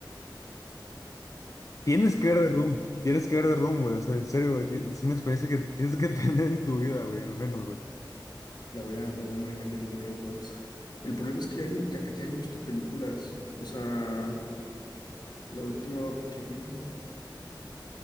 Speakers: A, on the left (about 40°); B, on the left (about 60°).
A: Tienes que
B: Ah,
A: ver The Room. Tienes que ver The Room, güey. O sea, en serio, güey. ti- Es una experiencia que tienes que <laughs> tener en tu vida, güey, al menos, güey.
B: La voy a, la voy a marcar en el Letterboxd. El problema es que ya ni, ya, ya ni he visto películas. O sea, la última que vi.